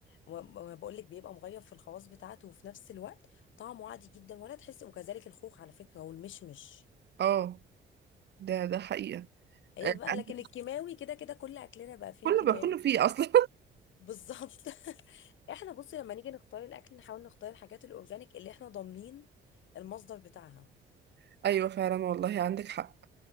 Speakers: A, on the left; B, on the right.
A: بقول لك بيبقى مغير في الخواص بتاعته وفي نفس الوقت طعمه عادي جدا ولا تحس وكذلك الخوخ على فكره والمشمش
B: اه ده ده حقيقة
A: هي
B: آه،
A: بقى
B: <laughs> عندي
A: لكن الكيماوي كده كده كل اكلنا بقى فين
B: كله
A: كيماوي
B: باكله فيه اصلا
A: بالظبط <laughs> احنا بصي لما نيجي نختار الاكل نحاول نختار الحاجات الاورجانيك اللي احنا ضامنين المصدر بتاعها
B: <laughs> ايوه فعلا والله عندك حق